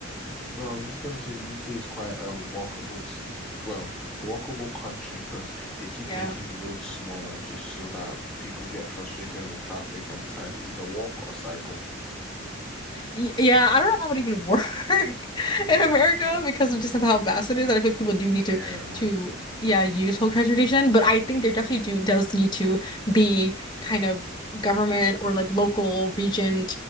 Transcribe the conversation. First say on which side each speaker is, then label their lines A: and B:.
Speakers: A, in the centre; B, on the left (about 20°).
A: No, I was just going to say the UK is quite a walkable, s- well, a walkable country because they keep
B: yeah.
A: making the roads smaller just so that people get frustrated with traffic and decide to either walk or cycle.
B: Y yeah, I don't know if that would even work. <laughs>
A: <laughs>
B: <laughs> in America because of just of how vast it is. And I think people do need
A: Yeah,
B: to to yeah use public transportation, but I think there definitely do does need to be kind of government or like local region